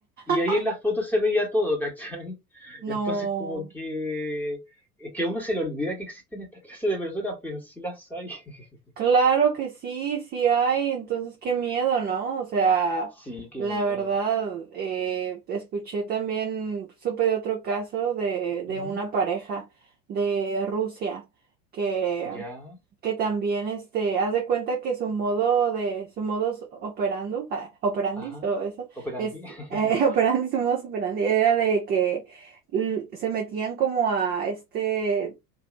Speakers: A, in the centre; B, on the right (about 20°).
A: Y
B: <laughs>
A: ahí en las fotos se veía todo, <laughs> ¿cachai?
B: No.
A: Entonces como que... Es que a uno se le olvida que existen estas clases de personas, pero sí las hay. <laughs>
B: Claro que sí, sí hay. Entonces, qué miedo, ¿no? O sea,
A: Sí, qué
B: la
A: miedo.
B: verdad, eh, escuché también, supe de otro caso de,
A: Ujú,
B: de una pareja de Rusia que
A: Ya,
B: que también este haz de cuenta que su modo de su modus operando ah, operandis
A: ajá.
B: o eso
A: Operandi.
B: es
A: <laughs>
B: eh, <laughs> operandi su modus operandi era de que l- se metían como a este